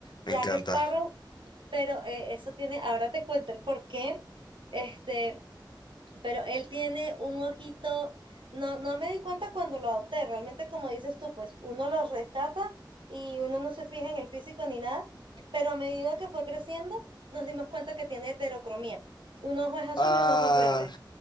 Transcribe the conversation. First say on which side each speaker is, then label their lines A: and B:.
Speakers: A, on the left (about 65°); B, on the right (about 80°).
A: me
B: Jack
A: encanta.
B: Sparrow, pero eh, eso tiene, ahora te cuento el por qué, este, pero él tiene un ojito, no, no me di cuenta cuando lo adopté, realmente como dices tú, pues uno los rescata y uno no se fija en el físico ni nada, pero a medida que fue creciendo, nos dimos cuenta que tiene heterocromía. Un ojo es azul
A: Ah,
B: y un ojo es verde.